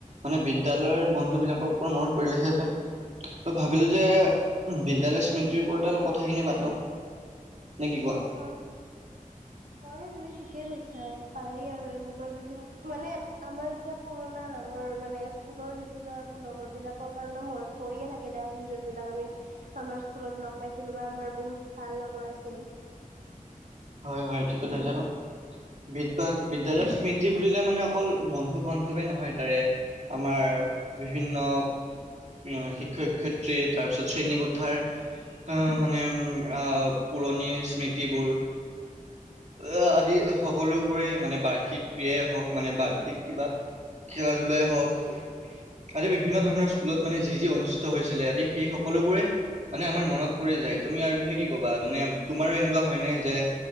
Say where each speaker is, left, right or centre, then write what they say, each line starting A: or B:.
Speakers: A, on the right (about 55°); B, on the right (about 70°).
A: মানে বিদ্যালয়ৰ বন্ধু বিলাকৰ ওপৰত মনত পৰিলে, সেই বাবে ভাবিলো যে বিদ্য়ালয় স্মৃতি টিৰ ওপৰতে অলপ কথাখিনি পাতোঁ, নে কি কোৱা?
B: অ', হয় তুমি ঠিকে কৈছা পাৰি আৰু এনেকৈ বিভিন্ন মানে আমাৰ এতিয়া পুৰণা লগৰ মানে, স্কুলৰ বেছিভাগ লগৰ বিলাকৰ কাৰণে মনত পৰিয়ে থাকে দিয়াচোন, যোনবিলাক আমি আমাৰ স্কুলত ল'গ পাইছিলো বা আমাৰ বহুত ভাল ল'গৰ আছিল।
A: হয়, হয়, ঠিক কথা <unintelligible> বিদ্যা-বিদ্যয়ালয়ৰ স্মৃতি বুলিলে মানে অকল বন্ধু-বান্ধৱে নহয়, তাৰে আমাৰ বিভিন্ন, উম, শিক্ষ-শিক্ষত্ৰী তাৰপিছত শ্ৰেণী কো ঠাৰ অ', মানে আহ পুৰণি স্মৃতিবোৰ আহ, আদি সকলোবোৰেই মানে বাৰ্ষিক ক্ৰিয়াই হওক মানে, বাৰ্ষিক কিবা খেল লে হওক আদি বিভিন্ন ধৰণৰ স্কুলত মানে যি যি অনুষ্ঠিত হৈছিলে, আদি সেই সকলোবোৰে মানে আমাৰ মনত পৰি যায়, তুমি ইয়াৰ বিষয়ে কি ক'বা? মানে এনেকুৱা হয়নে যে